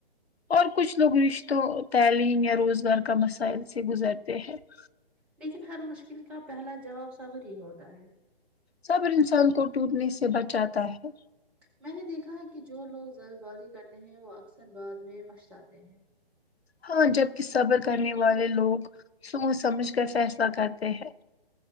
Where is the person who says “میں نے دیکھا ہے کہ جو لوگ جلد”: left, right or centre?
Centre